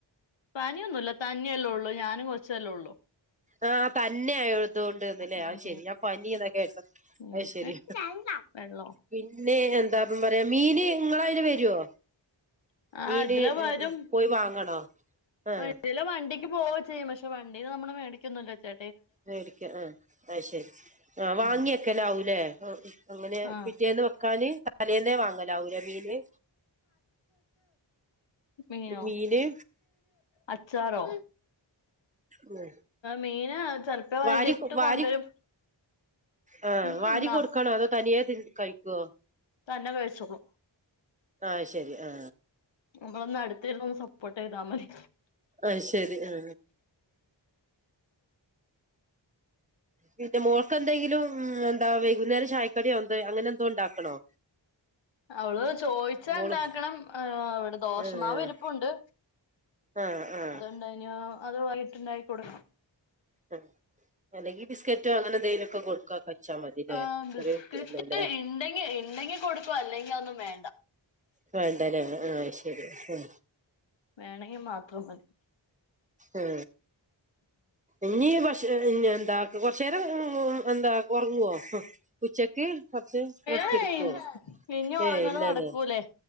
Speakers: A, on the left; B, on the right.
A: പണിയൊന്നുല്ല. തന്നിയല്ലേ ഒള്ളൂ ഞാനും കൊച്ചല്ലേ ഒള്ളൂ.
B: ആ തന്നെയായേടുത്തോണ്ട്ന്ന്ല്ലേ
A: ഉം
B: അത്ശരി. ഞാൻ പനീയെന്നാ കേട്ടത്.
A: ഉം
B: അയ്ശരി
A: ഏ വെള്ളോ
B: പിന്നെ എന്താപ്പം പറയാ മീന് ഇങ്ങളതില് വര്വോ?
A: ആ
B: മീന്
A: ഇതിലെ വരും
B: ഏഹ് പോയി വാങ്ങണോ ഏഹ്
A: ഇതിലെ വണ്ടിക്ക് പോവ ചെയ്യും. പക്ഷേ വണ്ടില് നമ്മള് മേടിക്കന്നൂല്ല ചേ
B: വേടിക്കാ ആ ആയ്ശരി. ആ വാങ്ങ്യക്കലാവൂലേ?
A: ഉം
B: ആ അങ്ങനെ
A: ആ
B: പിറ്റേന്ന് വെക്ക തലേന്നേ വാങ്ങലാവൂല്ലെ മീന്
A: മീനോ
B: മീന്
A: അച്ചാറോ
B: മ്
A: മീന് ചെലപ്പോ വൈകിട്ട്
B: വാരി വാരി
A: കൊണ്ടുവരും
B: ആ
A: ഉം
B: വാരി
A: ന്നാ
B: കൊടുക്കണോ? അതോ തനിയേ തി കഴിക്ക്വോ?
A: തന്നെ കഴിച്ചോളും
B: ആ ശരി ആ
A: നമ്മളൊന്ന അടുത്ത് ഇരുന്ന് ഒന്ന് സപ്പോർട്ട് ചെയ്താ മതി.
B: ആ ശരി ആ പിന്നെ മോൾക്ക് എന്തെങ്കിലും എന്താ വൈകുന്നേരം ചായക്കടിയോ ന്താ അങ്ങനെ എന്തോ ഉണ്ടാക്കണോ?
A: അവള് ചോയിച്ചാണ്ടാക്കണം.
B: മോള്
A: ആ അവിടെ ദോശമാവിരുപ്പുണ്ട്.
B: ആഹ് ആഹ് ആഹ്
A: അത്ണ്ടായിനോ അത് വൈയീട്ടുണ്ടായി കൊടുക്ക്
B: ആ അല്ലെങ്കി ബിസ്ക്കറ്റോ അങ്ങനെ എന്തേലുംക്കെ കൊടുക്കാ കച്ചാ മതില്ലേ?
A: ആഹ് ബിസ്ക്കറ്റ്
B: ചെറ്യ കുട്ട്യല്ലേല്ലേ?
A: ഇണ്ടെങ്കി ഇണ്ടെങ്കി കൊടുക്കോ അല്ലെങ്കിൽ അതോന്നും വേ
B: വേണ്ടല്ലേ ആ ശരി ങാ
A: വേണെങ്കി മാത്രം മതി.
B: ആ ഇനി പക്ഷേ ഇനന്താ കുറച്ചേരം ഉം എന്താ കൊറങ്ങ്വോ ഹ് ഉച്ചക്ക്? കൊറച്ച് റെസ്റ്റ്
A: ഏയ്
B: എടുക്കുവോ
A: പിന്ന ഒറങ്ങല്
B: ഏയ് ഇല്ലല്ലേ
A: നടക്കൂല്ലേ?